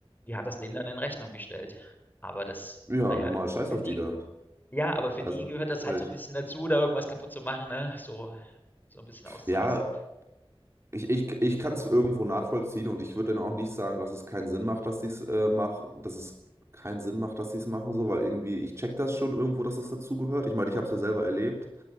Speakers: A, on the left; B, on the right.
A: die hat das denen dann in Rechnung gestellt. Aber das
B: Ja,
A: naja,
B: normal, scheiß
A: für
B: auf
A: die
B: die dann.
A: ja, aber für
B: Also,
A: die gehört
B: ganz
A: das
B: ehrlich.
A: halt so ein bisschen dazu, da irgendwas kaputt zu machen, ne? So so ein bisschen auszurasten,
B: Ja, ich, ich, ich kann es irgendwo nachvollziehen und ich würde dann auch nicht sagen, dass es keinen Sinn macht, dass sie es äh, machen, dass es keinen Sinn macht, dass sie es machen, so, weil irgendwie, ich check das schon irgendwo, dass es dazugehört. Ich meine, ich habe es ja selber erlebt,